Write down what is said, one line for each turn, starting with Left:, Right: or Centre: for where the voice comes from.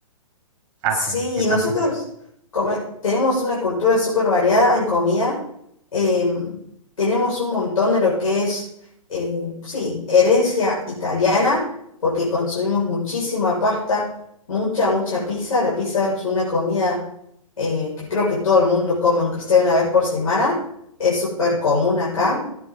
Right: hacen,
Left: Sí,
Right: qué
Left: y
Right: más
Left: nosotros
Right: hacen.
Left: come- tenemos una cultura súper variada en comida. em, tenemos un montón de lo que es, eh, sí, herencia italiana, porque consumimos muchísima pasta, mucha, mucha pizza. La pizza es una comida eh, que creo que todo el mundo come, aunque sea una vez por semana. Es súper común acá. Mm.